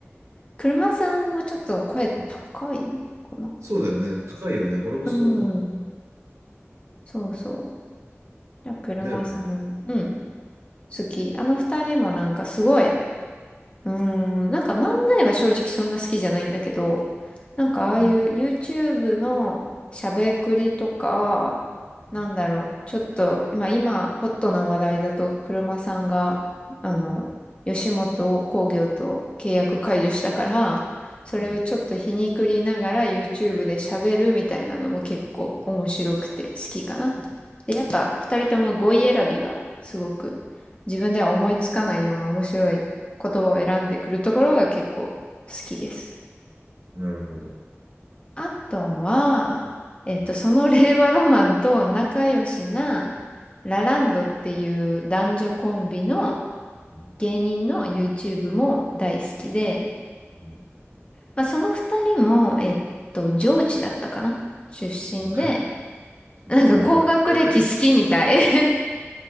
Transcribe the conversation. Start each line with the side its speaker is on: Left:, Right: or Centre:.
Left: 車さんもちょっと声高いかな
Right: んそうだよね。高いよね。俺もそう思っ
Left: おうん。そうそう。じゃあ、車さん、
Right: た。だよね。
Left: うん、好き。あの二人もなんかすごい、うーん、なんか漫才は正直そんな好きじゃないんだけど、なんかああいう
Right: うん、
Left: YouTube のしゃべくりとか、
Right: うん、
Left: なんだろう、ちょっと、今、今、ホットな話題だと、車さんが、あの、
Right: うん。
Left: 吉本興業と契約解除したから、それをちょっと皮肉りながら
Right: うん
Left: YouTube で喋るみたいなのも結構面白くて好きかな。で、やっぱ二人とも語彙選びがすごく自分では思いつかないような面白い言葉を選んでくるところが結構好きです。
Right: なるほど。
Left: アットンは、えっと、
Right: うん
Left: その令和ロマンと仲良しなラランドっていう男女コンビの
Right: うん
Left: 芸人の YouTube も大好きで、
Right: うん
Left: まあ、その二人も、えっと、上智だったかな出身で、
Right: うん
Left: なんか高学歴好きみたい。
Right: すごい、学、学歴、
Left: <laughs> い